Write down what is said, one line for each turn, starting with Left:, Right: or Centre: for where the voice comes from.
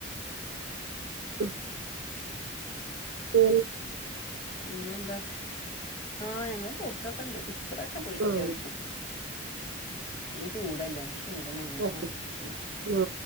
Right: ആഹ എ
Left: പിന്നെ എന്താ ആഹ് ഞങ്ങള്ൾ പക്കൊക്കെ ഉണ്ട് ഇപ്രാവശ്യം പോയിട്ടില്ലേ
Right: ഉം
Left: എടുക്ക് നീ ചൂടല്ലേ ചൂടിന് എങ്ങോട്ട്
Right: മ
Left: പോകും
Right: ഉ